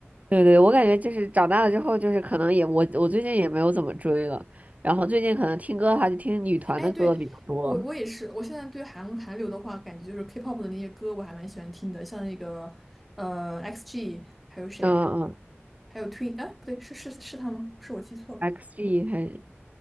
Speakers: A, on the right; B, in the centre.
A: 对对，我感觉就是长大了之后，就是可能也我我最近也没有怎么追了，然后最近可能听歌的话，就听女团的歌比较多，
B: <laughs> 哎，对。我我也是，我现在对韩韩流的话，感觉就是 K-pop 的那些歌我还蛮喜欢听的，像那个呃 XG，还有谁，
A: 嗯嗯
B: 还有 Twin，哎，不对，是是是他吗？是我记错了。
A: ，XG 还